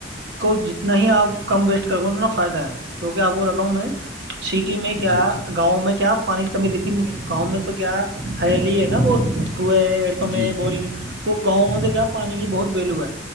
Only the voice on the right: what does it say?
کو جتنا ہی آپ کم ویسٹ کر گے اتنا فائدہ ہے کیکہ آپ کو بتاؤں میں سٹی میں کیا
گاؤں میں کیا پانی کمی رہتی نہیں ہے گاؤں میں تو کیا ہرییالی ہے نا بہت بہت کو ڑپم
بورن تو گاؤں میں تو کیا پانی کی بہت ویلو ہے